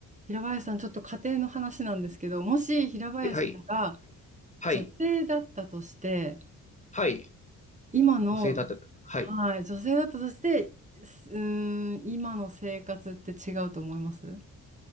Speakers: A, on the right (about 15°); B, on the left (about 15°).
A: 平林さん、ちょっと家庭の話なんですけど、もし平林さんが
B: はい、はい、はい、
A: 女性だったとして、
B: はい、
A: 今の、
B: 女性だった。はい。
A: はい、女性だったとして、すうーん、今の生活って違うと思います